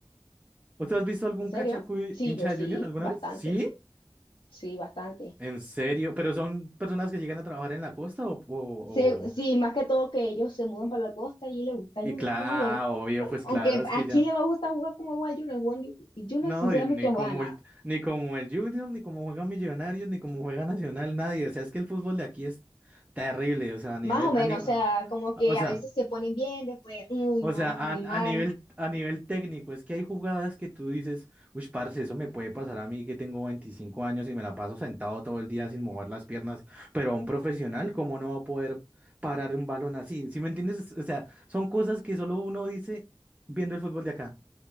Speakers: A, on the right (about 15°); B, on the left (about 80°).
A: ¿O tú has visto algún
B: ¿en serio?
A: cachacu
B: Sí,
A: hincha
B: yo sí,
A: de Junior alguna
B: bastante,
A: vez? Sí,
B: sí, bastante.
A: en serio. Pero son personas que llegan a trabajar en la costa o... o,
B: Se- sí,
A: o-
B: más que todo que ellos se mudan para la costa y le gusta a
A: Y
B: Junior
A: claro,
B: cómo juega.
A: obvio, pues
B: Aunque
A: claro, es
B: a
A: que ya.
B: quién le va a gustar jugar como juega Junior, Juan- Junior
A: No,
B: sinceramente
A: y ni
B: no juega
A: como
B: nada.
A: el, ni como el Junior, ni como juega Millonarios, ni como juega Nacional, nadie. O sea, es que el fútbol de aquí es terrible. O sea, a nivel,
B: Más o menos,
A: a ni- o
B: o sea, como que a
A: sea,
B: veces se ponen bien, después, uy,
A: o
B: no,
A: sea, a,
B: muy
A: a
B: mal.
A: nivel, a nivel técnico, es que hay jugadas que tú dices, uy, parce, eso me puede pasar a mí que tengo 25 años y me la paso sentado todo el día sin mover las piernas. Pero a un profesional, ¿cómo no va a poder parar un balón así? ¿Sí me entiendes? O sea, son cosas que solo uno dice viendo el fútbol de acá.